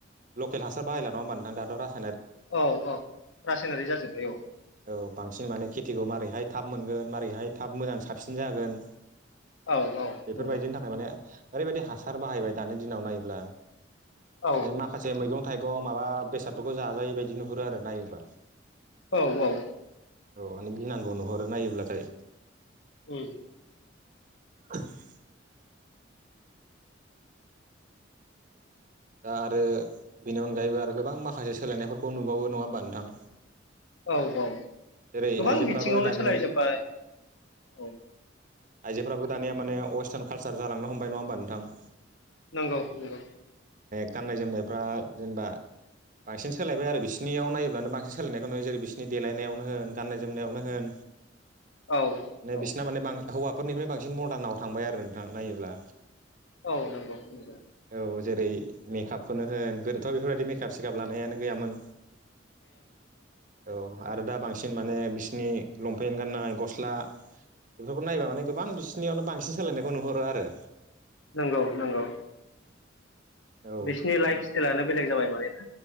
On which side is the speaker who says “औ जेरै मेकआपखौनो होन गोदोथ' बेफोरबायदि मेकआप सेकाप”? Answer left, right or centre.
Right